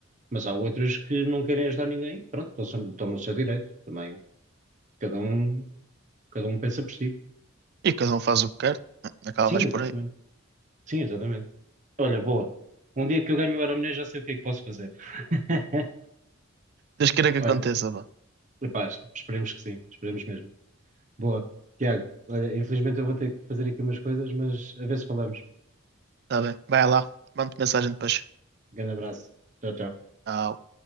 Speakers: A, on the right (about 35°); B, on the right (about 50°).
A: Mas há outras que não querem ajudar ninguém, pronto, estão, só- estão no seu direito também. Cada um, cada um pensa por si.
B: E cada um faz o que quer. Acaba
A: Sim,
B: mais
A: exatamente.
B: por aí.
A: Sim, exatamente. Olha, boa. Um dia que eu ganho o Euromilhões já sei o que é que posso fazer. <laughs>
B: Deus queira que aconteça,
A: olha
B: vá.
A: Epá, esperemos que sim, esperemos mesmo. Boa, Tiago, olha, infelizmente eu vou ter que fazer aqui umas coisas, mas a ver se falamos.
B: Tá bem. Vai lá. Mande mensagem depois.
A: Grande abraço. Tchau, tchau.
B: Tchau.